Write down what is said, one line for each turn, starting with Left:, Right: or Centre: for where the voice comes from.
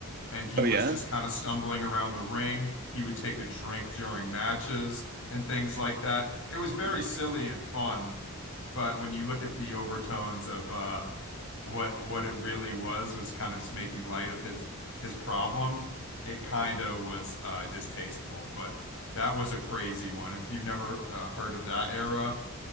Left: and he
Right: Oh
Left: was
Right: yeah.
Left: just kind of stumbling around the ring. He would take a drink during matches and things like that. It was very
Right: Oh my
Left: silly and fun, but when you look at the overtones of, uh, what what it really was was kind of just making light of his his problems. It kind of was uh, distasteful, but that was a crazy one. If you've never uh, heard of that era,